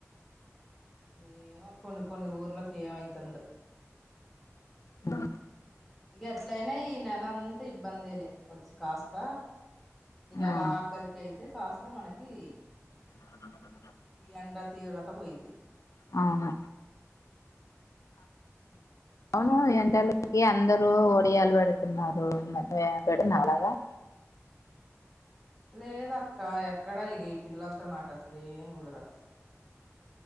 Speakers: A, in the centre; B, on the left.
A: ఏమో కొన్ని కొన్ని ఊర్లక్ ఏమైతుందో
B: ఆ
A: ఇగ అట్లైన ఈ నెల అంతా ఇబ్బందేలే కొంచెం కాస్త ఈ నెలా
B: ఆ
A: ఆఖరికైతే కాస్త మనకి
B: అ
A: ఈ ఎండ తీవ్రత పోయిద్ది.
B: అవును
A: ఆ
B: ఏమో ఎండలకి అందరూ ఒడియాలు పెడుతున్నారు. <unintelligible> అలాగా అ
A: లేదక్క ఎక్కడ ఇగ ఈ పిల్లల్తో నాక్ అసలేం కుదరట్ల